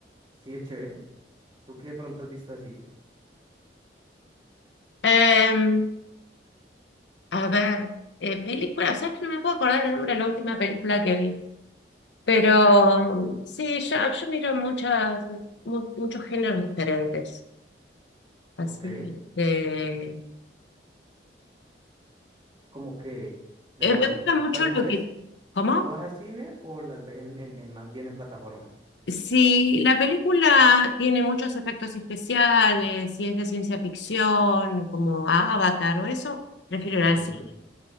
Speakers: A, on the right; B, on the left.
A: sí es chévere. Tú qué de pronto has visto así,
B: Em, a ver, eh, película, ¿sabes que no me puedo acordar el nombre de la última película que vi? Pero sí, yo, yo miro muchas, mu- muchos géneros diferentes. Así
A: ¿ok?
B: que,
A: Como que de
B: eh,
A: pronto.
B: me gusta mucho
A: Pero tú
B: lo
A: ves,
B: que... ¿Cómo?
A: ¿tú vas al cine o las ves en, en- en- más bien en plataformas?
B: Si la película tiene muchos efectos especiales, si es de ciencia ficción, como Avatar o eso, prefiero ir al
A: Ujú,
B: cine.